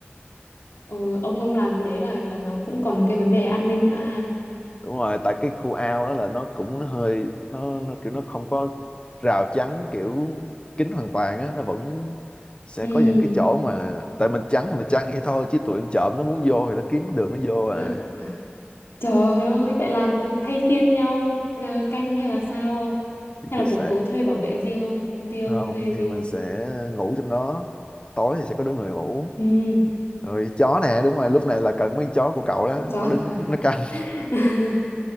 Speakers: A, on the left (about 75°); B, on the left (about 25°).
A: ừ, ông ông làm cái đấy là là nó cũng còn cái vấn đề an ninh nữa ha
B: đúng rồi tại cái khu ao đó là nó cũng nó hơi nó nó kiểu nó không có rào chắn kiểu kín hoàn toàn á nó vẫn sẽ
A: ừ
B: có những cái chỗ mà tại mình chắn thì mình chắn vậy thôi chứ tụi em trộm nó muốn vô thì nó kiếm đường nó vô à
A: Ừ, trời ơi vậy là cứ thay phiên nhau ờ, canh hay là sao không?
B: thì
A: hay
B: tôi
A: là
B: sẽ
A: kiểu cố thuê bảo vệ riêng không công ty ông
B: không
A: thuê riêng
B: thì mình
A: không
B: sẽ ngủ trong đó tối thì sẽ có đứa người ngủ
A: ừ
B: rồi chó nè đúng rồi lúc này là cần mấy con chó của cậu đó
A: trời
B: nó đứng nó canh
A: <laughs>
B: <laughs>